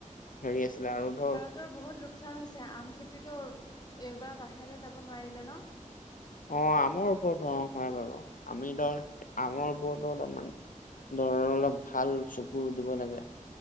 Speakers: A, on the left; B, on the left.
A: হেৰি আছিলে আৰু ধৰ
B: তোৰ বহুত লোকচান হৈছে আম খেতিটো এইবাৰ বাহিৰলৈ যাব নোৱাৰিলে ন।
A: অ', আমৰ ওপৰতো অ' হয় বাৰু আমি ধৰ আমৰ ওপৰতো অলপমান ধৰ অলপ ভাল চকুৰ দিব লাগে।